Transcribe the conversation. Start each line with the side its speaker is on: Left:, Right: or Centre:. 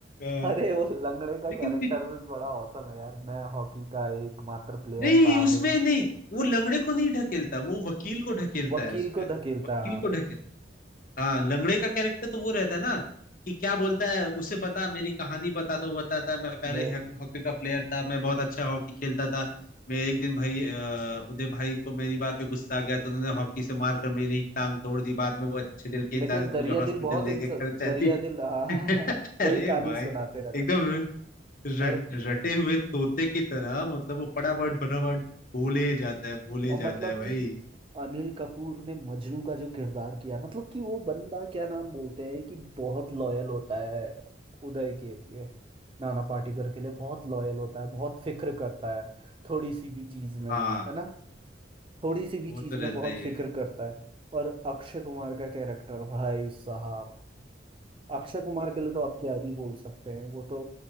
Left: हाँ।
Right: अरे वो लंगड़े का
Left: लेकिन
Right: कैरेक्टर
Left: फिर-
Right: भी बड़ा औसम है यार मैं हॉकी का एकमात्र प्लेयर
Left: नहीं
Right: था
Left: उसमें
Right: मेरी
Left: नहीं वो लंगड़े को नहीं ढकेलता वो वकील को ढकेलता
Right: वकील
Left: है उसमें
Right: को धकेलता
Left: वकील
Right: हाँ
Left: को ढकेल हाँ लंगड़े का कैरेक्टर तो वो रहता है ना कि क्या बोलता है उसे बता मेरी कहानी बता तो वो बताता है मैं पहले
Right: मे-
Left: हॉ- हॉकी का प्लेयर था मैं बहुत अच्छा हॉकी खेलता था मैं एक दिन भाई अ, उदय भाई को मेरी बात पे गुस्सा आ गया तो उन्होंने हॉकी से मार कर मेरी टांग तोड़ दी बाद में वो अच्छे दिल के इंसान
Right: लेकिन
Left: है तो
Right: दरिया
Left: मुझे
Right: दिल
Left: हॉस्पिटल
Right: बहुत
Left: लेके
Right: इंसान
Left: खर्चा
Right: दरिया
Left: दी
Right: दिल हाँ
Left: <laughs> अरे
Right: वही कहानी
Left: भाई
Right: सुनाते रहता
Left: एकदम र- रट,
Right: और
Left: रटे हुए तोते की तरह मतलब वो पड़ाबड़ बड़ाबड़ बोले जाता है बोले
Right: और
Left: जाता
Right: मतलब
Left: है भाई
Right: कि अनिल कपूर ने मजनू का जो किरदार किया मतलब कि वो बंदा क्या नाम बोलते हैं कि बहुत लॉयल होता है उदय के लिए नाना पाटेकर के लिए बहुत लॉयल होता है बहुत फिक्र करता है थोड़ी सी भी चीज में
Left: हाँ
Right: है ना थोड़ी सी भी
Left: वो
Right: चीज
Left: तो रहता
Right: में बहुत
Left: ही
Right: फिक्र
Left: है
Right: करता है और अक्षय कुमार का कैरेक्टर भाई साहब अक्षय कुमार के लिए तो आप क्या ही बोल सकते हैं वो तो